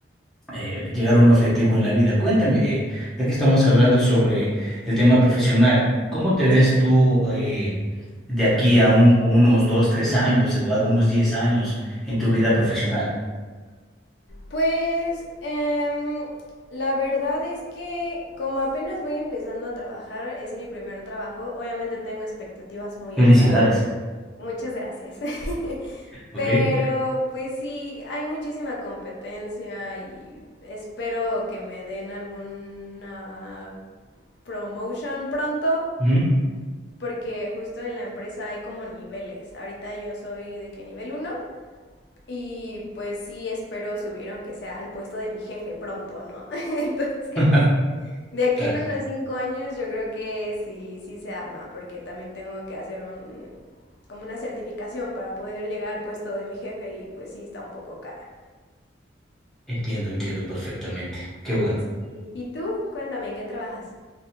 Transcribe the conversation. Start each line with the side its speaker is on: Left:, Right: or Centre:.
Centre: eh, llegar a un objetivo en la vida. Cuéntame, eh, ya que estamos hablando sobre el tema profesional, ¿cómo te ves
Left: Sí,
Centre: tú eh, de aquí a un- unos dos, tres años o a unos diez años en tu vida profesional?
Left: Pues em, la verdad es que como apenas voy empezando a trabajar, es mi primer trabajo, obviamente tengo expectativas muy
Centre: Felicidades.
Left: altas. Muchas gracias. <laughs>
Centre: ok
Left: Pero pues sí, hay muchísima competencia y espero que me den alguna promotion pronto,
Centre: Ujú.
Left: porque justo en la empresa hay como niveles. Ahorita yo soy de que nivel uno y pues sí, espero subir aunque sea al puesto de mi jefe pronto, ¿no? <laughs> Entonces,
Centre: <laughs>
Left: de aquí
Centre: Claro,
Left: en unos cinco años yo creo que sí, sí se arma, porque también tengo que hacer un, como una certificación para poder llegar al puesto de mi jefe y pues sí está un poco cara.
Centre: entiendo, entiendo perfectamente. Qué bueno.
Left: ¿Y, y tú? Cuéntame, ¿en qué trabajas?